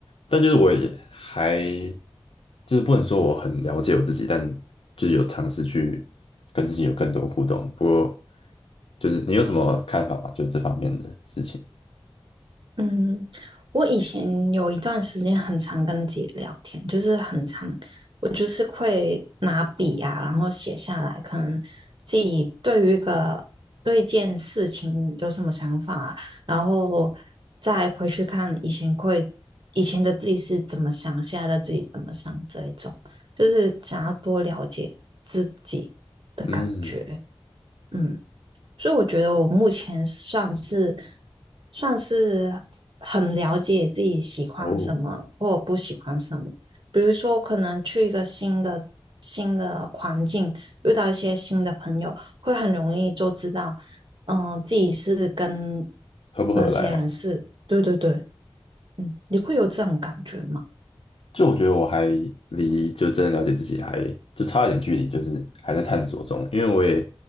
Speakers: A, on the left; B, on the right.
A: 但就是我也还就是不能说我很了解我自己，但就是有尝试去跟自己有更多互动。不过就是你有什么看法吗？就是这方面的事情，
B: 嗯，我以前有一段时间很常跟自己聊天，就是很常，我就是会拿笔啊，然后写下来，可能自己对于一个对一件事情有什么想法啊，然后再回去看以前会以前的自己是怎么想，现在的自己怎么想，这一种就是想要多了解自己的感觉，
A: 嗯，
B: 嗯。所以我觉得我目前算是算是很了解自己喜欢什么或不喜欢什么。
A: 哦，
B: 比如说，可能去一个新的新的环境，遇到一些新的朋友，会很容易就知道，嗯、自己是跟
A: 合不合得来嘛？
B: 那些人是，对对对，嗯，你会有这种感觉吗？
A: 就我觉得我还离就真的了解自己还就差一点距离，就是还在探索中，因为我也